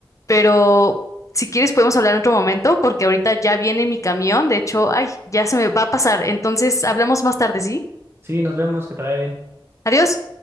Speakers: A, on the left; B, on the right.
A: Pero si quieres, podemos hablar en otro momento porque ahorita ya viene mi camión. De hecho, ay, ya se me va a pasar. Entonces, hablamos más tarde, ¿sí?
B: Sí, nos vemos, que te vaya bien.
A: Adiós.